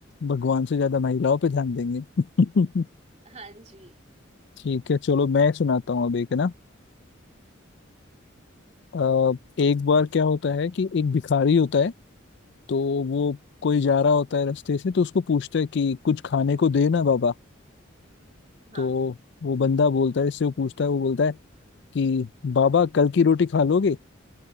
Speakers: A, on the left; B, on the right.
A: भगवान से ज्यादा महिलाओं पे ध्यान देंगे <laughs>
B: हाँ जी
A: ठीक है चलो मैं सुनाता हूँ अब एक है ना अ, एक बार क्या होता है कि एक भिखारी होता है तो वो कोई जा रहा होता है रास्ते से तो उसको पूछता है कि कुछ खाने को दे ना बाबा
B: हाँ
A: तो वो बंदा बोलता है इससे वो पूछता है वो बोलता है कि बाबा कल की रोटी खा लोगे